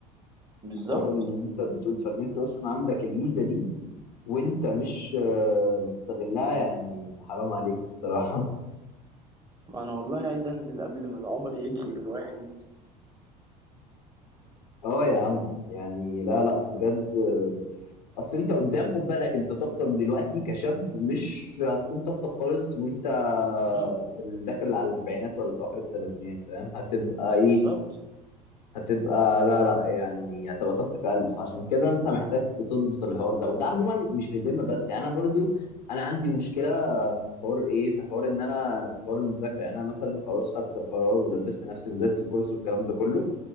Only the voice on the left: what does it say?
حوار اللي انت بتقول فان انت اصلا عندك الميزة دي وانت مش آه، مستغلها يعني حرام عليك الصراحة
<laughs> اه يا عم يعني لا لا بجد اصل انت قدام خد بالك انت طاقتك دلوقتي كشاب مش هتكون طاقتك خالص وانت
في الداخل على الاربعينات ولا في اخر الثلاثينات فاهم هتبقى ايه
هتبقى لا لا يعني هتبقى طاقتك اقل فعشان كده انت محتاج بتظبط الحوار ده وده عموما مش في الجيم بس يعني انا برضو انا عندي مشكله في حوار ايه في حوار ان انا في حوار المذاكره يعني انا مثلا خلاص خدت القرار ودبست نفسي ونزلت الكورس والكلام ده كله